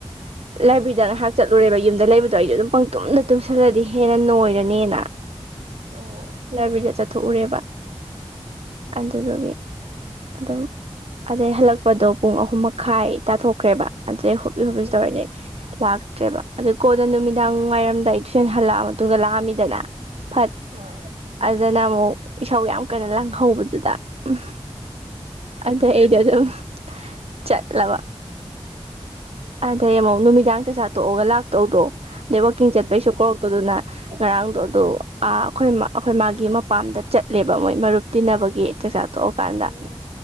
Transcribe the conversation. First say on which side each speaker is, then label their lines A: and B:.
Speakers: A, on the right; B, on the right.
A: ꯂꯥꯏꯕ꯭ꯔꯤꯗꯉꯥꯏꯍꯥꯛ ꯆꯠꯂꯨꯔꯦꯕ ꯌꯨꯝꯗ ꯂꯩꯕꯗꯣ ꯑꯩꯗꯣ ꯑꯗꯨꯝ ꯄꯪ ꯇꯨꯝꯅ ꯇꯨꯝꯁꯤ ꯈꯔꯗꯤ ꯍꯦꯟꯅ ꯅꯣꯏꯔꯅꯦꯅ
B: ꯑꯣ
A: ꯂꯥꯏꯕ꯭ꯔꯤꯗ ꯆꯠꯊꯣꯛꯎꯔꯦꯕ ꯑꯗꯨꯗꯨꯒꯤ ꯑꯗꯣ ꯑꯗꯩ ꯍꯜꯂꯛꯄꯗꯣ ꯄꯨꯡ ꯑꯍꯨꯝ ꯃꯈꯥꯏ ꯇꯥꯊꯣꯛꯈ꯭ꯔꯦꯕ ꯑꯗꯩ ꯍꯣ <unintelligible>
B: ꯎꯝ
A: ꯇꯧꯔꯛꯑꯦ ꯂꯥꯛꯇ꯭ꯔꯦꯕ ꯑꯗꯨ ꯀꯣꯟꯅ ꯅꯨꯃꯤꯗꯥꯡ ꯋꯥꯏꯔꯝꯗꯥꯏ ꯁꯟ ꯍꯜꯂꯛꯑ ꯃꯇꯨꯡ ꯂꯥꯛꯑꯝꯃꯤꯗꯅ ꯐꯠ
B: ꯍꯣꯏ
A: ꯑꯗꯨꯅ ꯑꯃꯨꯛ ꯏꯁꯧ ꯌꯥꯝ ꯀꯟꯅꯥ ꯂꯪꯍꯧꯕꯗꯨꯗ ꯎꯝ ꯑꯗꯩ ꯑꯩꯗꯣ ꯑꯗꯨꯝ ꯆꯠꯂꯕꯥ ꯑꯗꯩ ꯑꯃꯨꯛ ꯅꯨꯃꯤꯗꯥꯡ ꯆꯥꯛꯆꯥꯥ ꯇꯣꯛꯑꯒ ꯂꯥꯛꯇꯧꯗꯣ ꯑꯗꯩ ꯋꯥꯛꯀꯤꯡ ꯆꯠꯄꯩꯁꯨ
B: ꯎꯝ
A: ꯀꯧꯔꯛꯇꯧꯗꯨꯅ ꯉꯔꯥꯡꯗꯣ ꯑꯗꯣ ꯑꯥ ꯑꯩꯈꯣꯏ ꯑꯩꯈꯣꯏꯃꯥꯒꯤ ꯃꯄꯥꯝꯗ ꯆꯠꯂꯦꯕ ꯃꯣꯏ ꯃꯔꯨꯞ ꯇꯤꯟꯅꯕꯒꯤ ꯆꯥꯛꯆꯥꯥ ꯇꯣꯛꯑꯀꯥꯟꯗ
B: ꯑꯣ